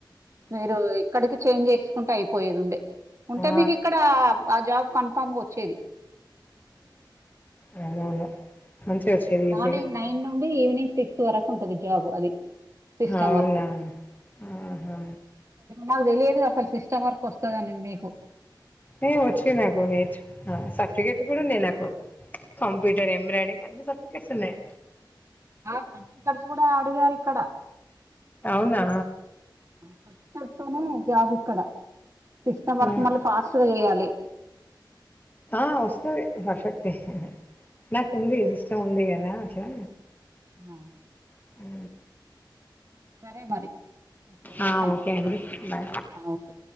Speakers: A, on the right; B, on the left.
A: మీరు ఇక్కడికి చేంజ్ చేసుకుంటే అయిపోయేదుండే ఉంటే
B: ఆ
A: మీకు ఇక్కడ ఆ జాబ్ కన్ కన్ఫామ్గా వచ్చేది
B: అవునవును మంచిగా వచ్చేది
A: మార్నింగ్
B: ఈజీగా
A: నైన్ నుండి ఈవినింగ్ సిక్స్ వరకు ఉంటది జాబు అది సిస్టమ్
B: అవునా
A: వర్క్
B: ఆహా
A: నాకు తెలియదు అసలు సిస్టమ్ వర్క్ వస్తదని మీకు
B: టె ఒచ్చు నాకు నేర్చుకున్న సర్టిఫికెట్ గుడ ఉంది నాకు కంప్యూటర్ ఎంబ్రయిడింగ్ అన్ని సర్టిఫికెట్స్ ఉన్నయి
A: ఆ సర్టిఫికెట్స్ కూడా అడిగారు ఇక్కడ
B: అవునా
A: సర్టిఫికెట్స్ తోనే జాబ్ ఇక్కడ సిస్టమ్
B: ఆహా
A: వర్క్ మళ్ళ ఫాస్ట్గా చేయాలి
B: ఆ వస్తది పర్ఫెక్టే నాకు ఉంది సిస్టం ఉంది గ దా ఒకే
A: ఆ
B: ఊ
A: సరే మరి ఓకే ఉంటాను
B: ఆ ఓకే అండి బాయ్
A: ఓకే